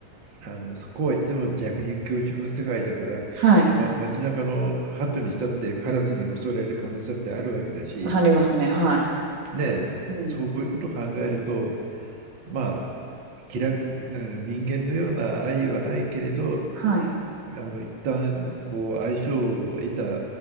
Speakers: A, on the right; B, on the right.
A: あのこうは言っても逆に教職の世界だから、
B: はい。
A: ま、街中の鳩にしたってカラスに襲われる可能性だってあるわけだし、
B: 刺さりますね。はい。
A: ね、
B: うん。
A: そういうことを考えるとまあ気楽人間のような愛はないけれど
B: はい。
A: あの一旦こう相性を得た